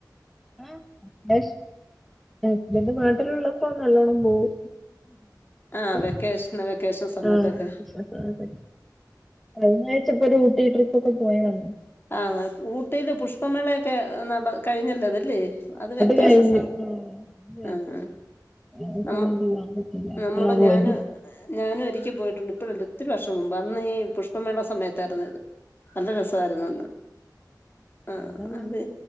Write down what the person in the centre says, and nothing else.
<unintelligible> ഹസ്ബൻഡ് നാട്ടിലുള്ളപ്പോ നല്ലോണ്ണം പോവും.
<inaudible>
ആഹ് കഴിഞ്ഞാഴ്ച പ്പൊ ഒരു ഊട്ടി ട്രിപ്പൊക്കെ പോയ് വന്ന്
കഴിഞ്ഞു
ആഹ് അത് കഴിഞ്ഞു
ആ
സമയത്ത് പോവാൻ പറ്റില്ല അപ്പളാ
പോയത്
അവിടെ
നല്ല